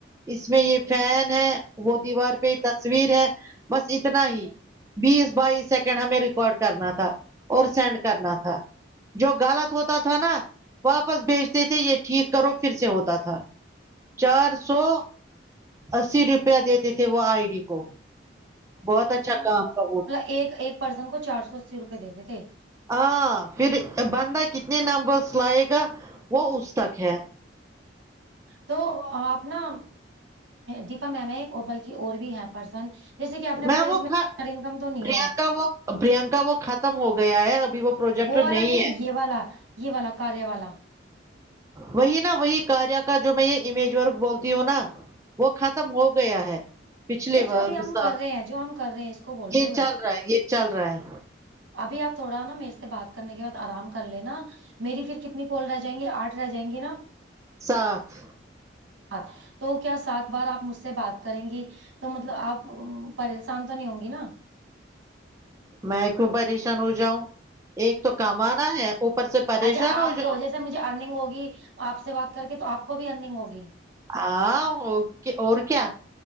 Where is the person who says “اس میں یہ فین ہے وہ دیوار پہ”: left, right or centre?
Right